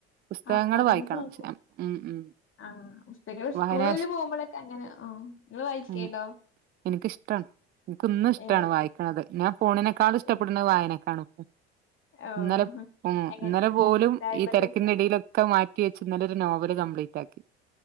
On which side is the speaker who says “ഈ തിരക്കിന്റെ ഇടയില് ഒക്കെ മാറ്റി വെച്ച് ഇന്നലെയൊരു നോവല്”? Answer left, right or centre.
Right